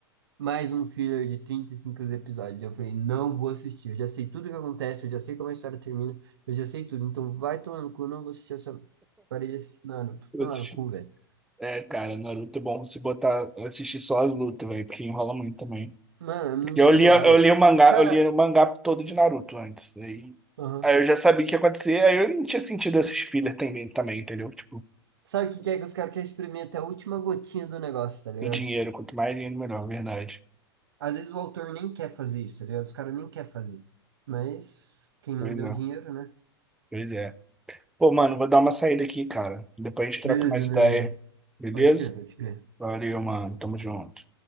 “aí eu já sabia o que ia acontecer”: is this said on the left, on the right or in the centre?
Centre